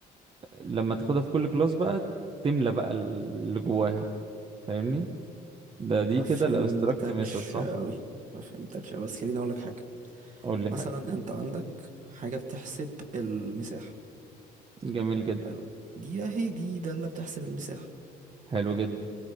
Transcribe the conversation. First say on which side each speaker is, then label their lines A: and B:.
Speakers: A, on the right (about 30°); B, on the right (about 50°).
A: لما تاخدها في كل كلاس بقى تملى بقى اللي جواها فاهمني ده دي
B: ما
A: كده
B: فهمتكش
A: الابستراكت ميثود صح
B: قوي ما فهمتكش أوي، بس خليني اقول لك حاجة
A: قول لي
B: مثلا
A: حاجة
B: انت عندك حاجة بتحسب المساحة
A: جميل جدا
B: حلو دي اهي دي دالة بتحسب المساحة
A: حلو جدا